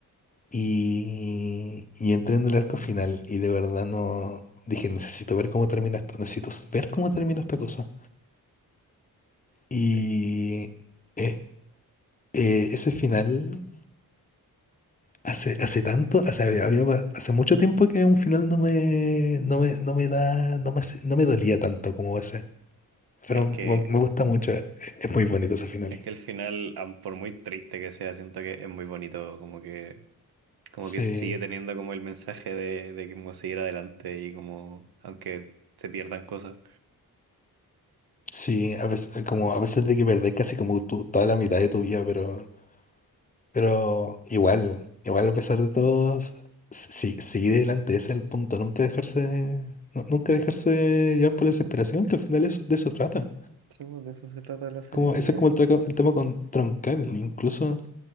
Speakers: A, on the left; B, on the right.
A: Y, y entré en el arco final y de verdad no, dije, necesito ver cómo termina esto, necesito s- ver cómo termina esta cosa. Y
B: Es,
A: eh, eh, ese final... Hace, hace tanto, hace, había- había hace mucho tiempo que un final no me, no me, no me da, no me, hace- no me dolía tanto como ese. Pero
B: es
A: me,
B: que
A: me gusta mucho, e- es muy bonito ese final.
B: es que el final, am- por muy triste que sea, siento que es muy bonito, como que, como
A: Sí,
B: que sigue teniendo como el mensaje de, de cómo seguir adelante y como, aunque se pierdan cosas.
A: sí, a veces, como a veces de que perdés casi como tu- toda la mitad de tu vida, pero, pero igual, igual a pesar de todo, s- si, seguir adelante, ese es el punto, nunca dejarse, nu- nunca dejarse llevar por la desesperación, que al final eso- de eso trata.
B: Sí, pues, de eso se trata la serie.
A: Como, ese
B: Y
A: es
B: el-
A: como el, traca- el tema con Troncal, incluso.